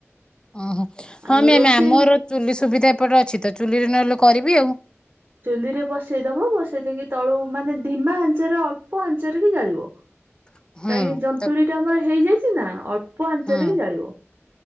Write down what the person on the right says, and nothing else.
ଆଉ
ରୋଷେଇ
ଚୁଲିରେ ବସେଇ ଦବ ବସେଇ ଦେଇକି ତଳୁ ମାନେ ଧିମା ଆଞ୍ଚରେ ଅଳ୍ପ ଆଞ୍ଚରେ କି ଜାଳିବ
କାହିଁକି ଯନ୍ତୁଳି
ଟା ଆମର ହେଇଯାଇଛି ନା ଅଳ୍ପ ଆଞ୍ଚରେ
ହିଁ ଜାଳିବ